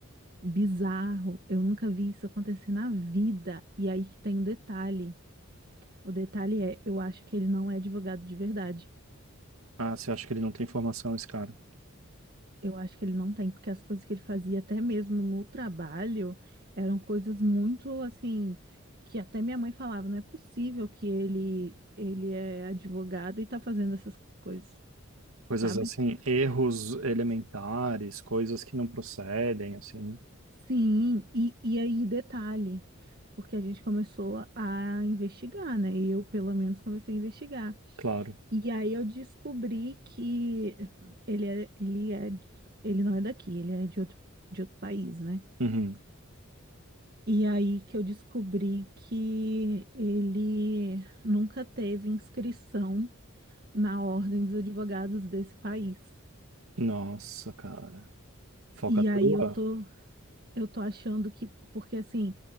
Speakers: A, on the right; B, on the right.
A: Bizarro. Eu nunca vi isso acontecer na vida. E aí que tem um detalhe. O detalhe é, eu acho que ele não é advogado de verdade.
B: Ah, você acha que ele não tem informação, esse cara?
A: Eu acho que ele não tem, porque as coisas que ele fazia, até mesmo no trabalho, eram coisas muito assim, que até minha mãe falava, não é possível que ele, ele é advogado e tá fazendo essas coisas,
B: Coisas
A: sabe?
B: assim, erros elementares, coisas que não procedem, assim,
A: Sim, e, e aí detalhe, porque a gente começou a investigar, né? Eu, pelo menos, comecei a investigar.
B: claro.
A: E aí eu descobri que ele é, ele é, ele não é daqui, ele é de outro, de outro país, né?
B: Uhum.
A: E aí que eu descobri que ele nunca teve inscrição na Ordem dos Advogados desse país.
B: Nossa, cara. Falcatrua?
A: E aí eu tô, eu tô achando que, porque assim,